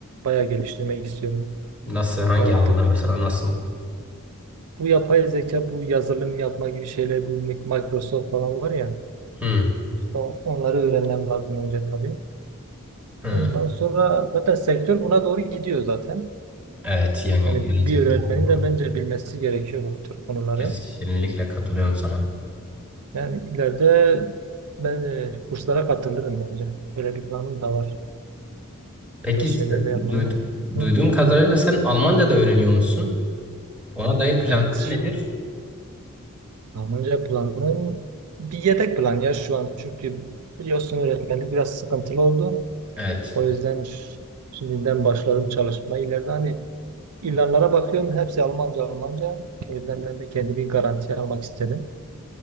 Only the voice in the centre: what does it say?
nasıl hangi
alanda mesela nasıl
hı
hı
evet yani
gelecekte
umarım
kesinlikle katılıyorum sana
peki
s-
duyd-
duyduğum kadarıyla sen Almanca da öğreniyor musun ona dair planlar
nedir
evet